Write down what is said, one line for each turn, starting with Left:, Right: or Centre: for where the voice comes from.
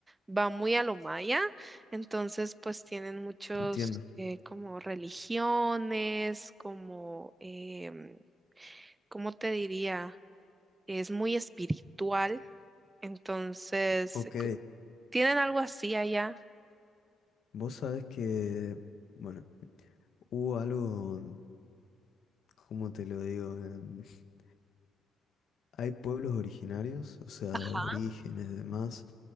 Right: va muy a lo maya, entonces pues tienen muchos
Left: entiendo.
Right: eh, como religiones, como, em, ¿cómo te diría? Es muy espiritual, entonces,
Left: Ok,
Right: cu- ¿tienen algo así allá?
Left: vos sabés que, bueno, hubo algo, mm, ¿cómo te lo digo? Em, <laughs> hay pueblos originarios, o sea,
Right: Ajá.
Left: de aborígenes y demás,